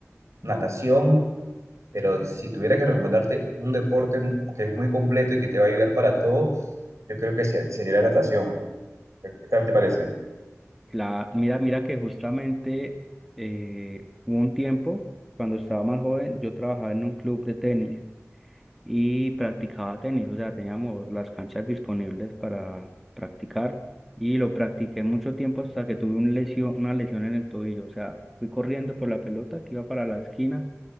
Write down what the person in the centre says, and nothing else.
La, mira, mira que justamente eh, hubo un tiempo, cuando estaba más joven, yo trabajaba en un club de tenis y practicaba tenis, o sea, teníamos las canchas disponibles para practicar y lo practiqué mucho tiempo hasta que tuve un lesión, una lesión en el tobillo, o sea, fui corriendo por la pelota que iba para la esquina,